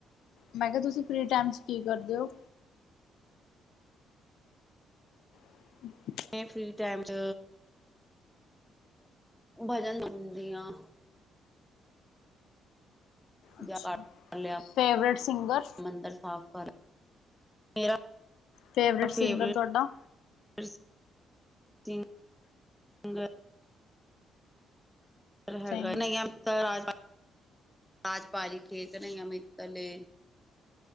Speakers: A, on the left; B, in the centre.
A: ਮੈਂ ਕਿਹਾ ਤੁਸੀਂ ਫਰੀ ਟਾਈਮ ਚ ਕੀ ਕਰਦੇ ਹੋ? <inaudible>
B: ਮੈਂ ਫ੍ਰੀ ਟਾਈਮ ਚ ਭਜਨ ਗਉਂਦੀ ਆਂ।
A: ਅੱਛਾ।
B: ਜਾ <unintelligible> ਕਰ ਲਿਆ
A: ਫੇਵਰੇਟ ਸਿੰਗਰ,
B: ਮੰਦਰ ਸਾਫ਼ ਕਰ ਮੇਰਾ
A: ਫ਼ੇਵਰੇਟ ਸਿੰਗਰ
B: ਫੇਵਰੇਟ
A: ਤੁਹਾਡਾ?
B: <unintelligible> ਹੈਗਾ,
A: ਸਹੀ
B: ਨਹੀਂ ਤਾਂ ਰਾਜ <unintelligible> ਖੇਕ ਨਹੀਂ ਐਵੇਂ। ਕੱਲੇ